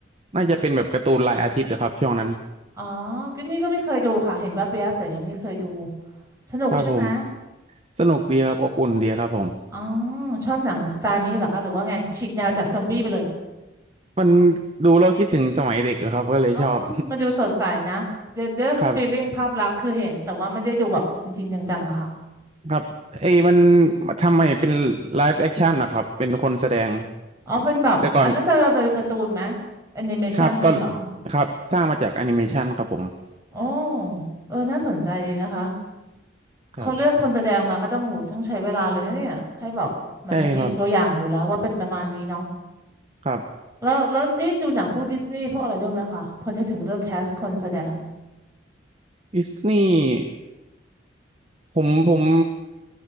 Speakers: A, on the right; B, on the right.
A: น่าจะเป็นแบบการ์ตูนรายอาทิตย์นะครับช่วงนั้น
B: อ๋อก็นี่ก็ไม่เคยดูค่ะเห็นแวบๆแต่ยังไม่เคยดูสนุกใช่ไหม
A: ครับผม สนุกดีครับอบอุ่นดีครับผม
B: อ๋อชอบหนังสไตล์นี้เหรอคะหรือว่าไงฉีกแนวจากซอมบี้ไปเลย
A: มันดูเราคิดถึงสมัยเด็กอะครับก็เลยชอบ
B: อ๋อมันดูสดใสนะเดดฟีลิ่งภาพลักษณ์คือเห็น
A: <laughs> ครับ
B: แต่ว่าไม่ได้ดูแบบจริงๆจังๆอะค่ะ
A: ครับเอ้ยมันทำไมเป็นไลฟ์แอคชั่นนะครับเป็นคนแสดง
B: อ๋อเป็นแบบอันนั้นจะเป็นการ์ตูนไหม
A: แต่ก่อน
B: แอนิเมชันนี้เหรอ
A: ครับตอนครับสร้างมาจากแอนิเมชันครับผม
B: โอ้เออน่าสนใจดีนะคะเขาเลือกคนแสดงมาก็ต้องโหต้องใช้เวลาเลยนะเนี่ยให้แบบเหมันไม่มีตัวอย่างอยู่แล้วว่าเป็นประมาณนี้เนาะ
A: ครับใช่ครับครับ
B: แล้วแล้วได้ดูหนังพวกดิสนีย์พวกอะไรด้วยไหมคะพอนึกถึงเรื่องแคสคนแสดง
A: ดิสนีย์ผมผม